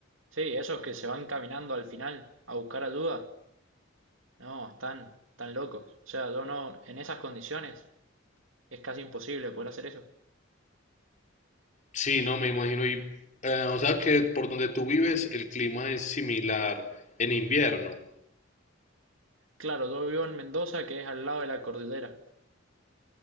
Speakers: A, on the right; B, on the left.
A: sí, esos que se van caminando al final a buscar ayuda. No, están, están locos. O sea, yo no, en esas condiciones es casi imposible poder hacer eso.
B: Sí, no, me imagino. Y, eh, o sea que por donde tú vives el clima es similar en invierno.
A: Claro, yo vivo en Mendoza, que es al lado de la cordillera.